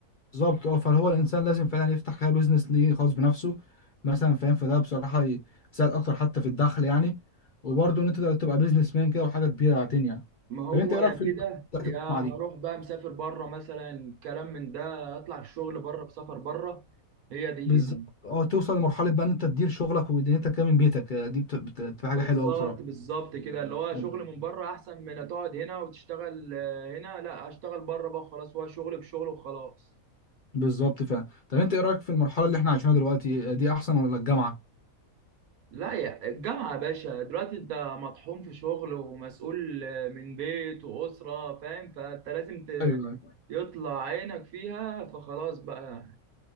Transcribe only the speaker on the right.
ما هو
يا كده
يا هروح
بقى مسافر بره مثلا كلام من ده اطلع الشغل بره بسفر بره هي دي
بالظبط
بالظبط كده اللي هو شغل
من بره احسن من تقعد هنا وتشتغل آه، هنا لا اشتغل بره بقى خلاص هو شغل بشغل وخلاص
لا يا الجامعة يا باشا دلوقتي انت مطحون في شغل ومسؤول من بيت وأسرة فاهم فانت لازم ت-
يطلع عينك فيها فخلاص بقى